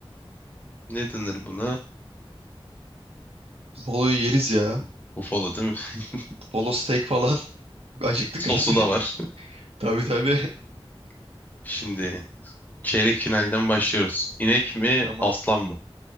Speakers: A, on the left; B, on the right.
A: ne denir buna?
B: Buffalo'yu yeriz ya.
A: Bufalo değil mi? <laughs>
B: Polo steak falan. <laughs> Acıktık
A: Sosu
B: abi.
A: da
B: <laughs>
A: var.
B: Tabii tabii.
A: <laughs> Şimdi çeyrek finalden başlıyoruz. İnek mi
B: Tamam.
A: aslan mı?